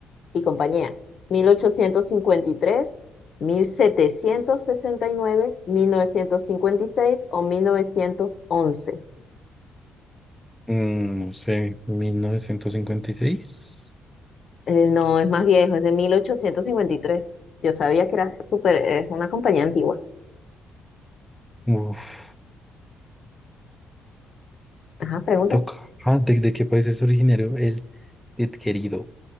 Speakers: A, on the left; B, in the centre.
A: y compañía? Mil mil mil ochocientos cincuenta y y tres, mil setecientos sesenta y nueve, mil novecientos cincuenta y seis o 1911?
B: Mm, No sé, 1956.
A: Eh, no, es más viejo, es de 1853. Yo sabía que era súper, es una compañía antigua.
B: Uf,
A: Ajá, pregunta.
B: toca. Ah, ¿de, de qué país es originario el querido